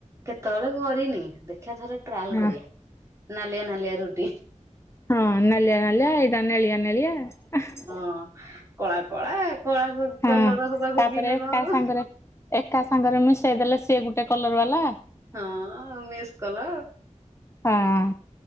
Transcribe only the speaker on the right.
କେତେବେଳେ କରିନି ଦେଖିବା ଥରେ ଟ୍ରାଏଲ
କରିବା ନାଲିଆ ନାଲିଆ ରୁଟି ଇହଁ
ହଁ କଳା କଳା କଳା
କଲର ହେବାକୁ
କୁ ଗିନେ
କଣ ଉଁ
ହୁଁ
ହଁ ଆଉ ମିସ୍ କଲ